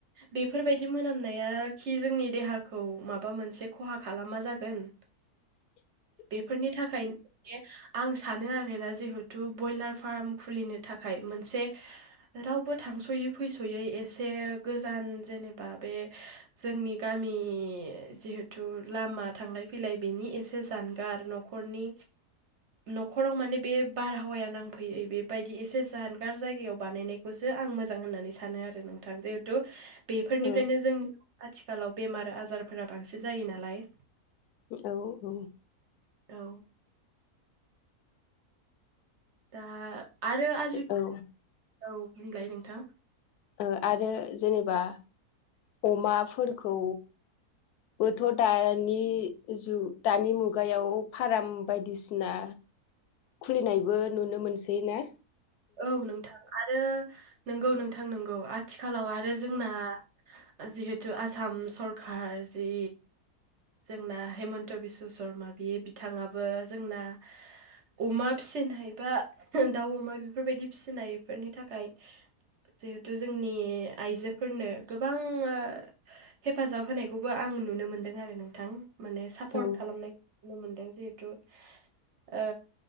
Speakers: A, on the right (about 55°); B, on the left (about 85°).
A: बेफोरबायदि मोनामनाया खि जोंनि देहाखौ माबा मोनसे खहा खालामा जागोन
B: <inaudible>
A: बेफोरनि थाखाय आं सानो आरो ना जिहथु बयलार फार्म खुलिनो थाखाय मोनसे रावबो थांस'यै फैस'यै एसे गोजान जेनेबा बे जोंनि गामि जिहेथु लामा थांलाय फैलाय बेनि एसे जानगार न'खरनि न'खराव माने बे बारहावाया नांफैयै बेबायदि एसे जानगार जायगायाव बानायनायखौसो आं मोजां होननानै सानो आरो नोंथां जिहेतु थु बेफोरनिफ्रायनो
B: औ
A: जोंनि आथिखालाव बेमार आजारफोरा बांसिन जायो नालाय
B: औ औ।
A: औ दा आरो आजि
B: औ ओ
A: औ बुंलाय नोंथां
B: ओ आरो जेनेबा अमाफोरखौ बोथ' दानि जु दानि मुगायाव फाराम बायदिसिना खुलिनायबो नुनो मोनसै ना?
A: औ नोंथां आरो नोंगौ नोंथां नोंगौ आथिखालाव आरो जोंना जिहेतु आसाम सरकार जि जोंना हेमन्त बिस्वशर्मा बि बिथाङाबो जोंना अमा फिसिनाय बा दाउ अमा बेफोरबायदि फिसिनायफोरनि थाखाय जिहेथु जोंनि आइजोफोरनो गोबां ओ हेफाजाब होनायखौबो आं नुनो मोनदों आरो नोंथां माने सापर्ट
B: औ
A: खालामनाय नु मोनदों जिहेथु ओ